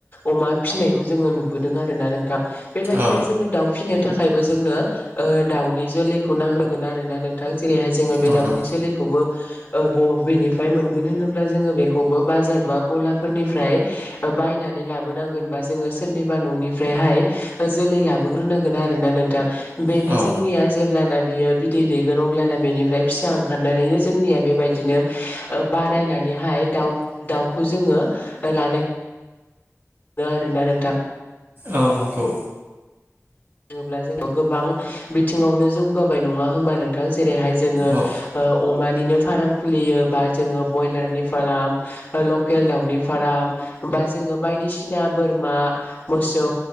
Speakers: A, on the left (about 35°); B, on the right (about 40°).
A: अमा फिसिनायखौ जोङो नुबोदों। आरो ना नोंथां बेबायदिनो
B: औ
A: जोङो दाउ फिनो थाखायबो जोंनो ओ दाउनि जोलैखौ नांग्रोगोन आरोना नोंथां। जेरैहाय जोङो बे
B: नंगौ
A: दाउनि जोलैखौबो ओ बबिनिफ्राय मोनगोन होनोब्ला जोङो बेखौबो बाजार बा गलाफोरनिफ्राय बायनानै लाबोनांगोन बा जोङो सोरनिबा न'निफ्रायहाय जोलै लाबोग्रोनांगोन आरो ना नोंथां। बेनो
B: औ
A: जोंनिया जेब्लाना बियो बिदै दैगोन अब्लाना बेनिफ्राय फिसा ओंखारनानैनो जोंनिया बेबायदिनो ओ बारायनानैहाय दाउ दाउखौ जोङो लानाय आरोना नोंथां।
B: औ नंगौ।
A: होनोब्ला जोंयाव गोबां बिथिङावनो जौगाबाय नङा होनबा नों थां जेरैहाय जोङो
B: औ
A: ओ अ मानिनो फार्म खुलियोबा जोङो बयलारनि फार्म लकेल दाउनि फार्म बा जोङो बायदिसिना बोरमा मोसौ